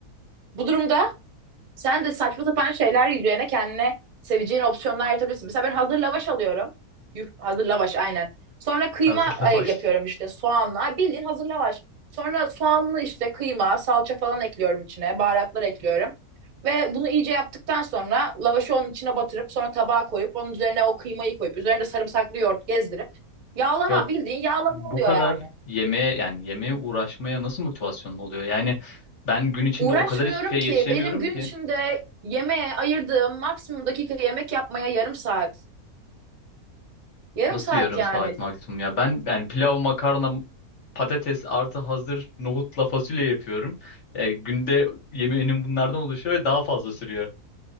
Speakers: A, on the right (about 40°); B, on the left (about 55°).
A: Bu durumda sen de saçma sapan şeyler yiyeceğine kendine seveceğin opsiyonlar yaratabilirsin. Mesela ben hazır lavaş alıyorum. Yuh, hazır lavaş aynen. Sonra
B: <laughs>
A: kıyma
B: hazırla
A: e,
B: baş.
A: yapıyorum işte soğanla. Bildiğin hazır lavaş. Sonra soğanlı işte kıyma, salça falan ekliyorum içine. Baharatlar ekliyorum. Ve bunu iyice yaptıktan sonra lavaşı onun içine batırıp sonra tabağa koyup onun üzerine o kıymayı koyup üzerine de sarımsaklı yoğurt gezdirip yağlama
B: Ya
A: bildiğin yağlama
B: bu
A: oluyor
B: kadar
A: yani.
B: yemeğe yani yemeğe uğraşmaya nasıl motivasyonun oluyor? Yani ben gün içinde
A: Uğraşmıyorum
B: o kadar hiçbir şey
A: ki
B: yetişemiyorum
A: benim gün
B: ki.
A: içinde yemeğe ayırdığım maksimum dakika yemek yapmaya yarım saat. Yarım
B: Nasıl
A: saat
B: yarım
A: yani.
B: saat maksimum ya? Ben yani pilav, makarna, patates artı hazır nohutla fasulye yapıyorum. E, günde yemeğinin bunlardan oluşuyor ve daha fazla sürüyor.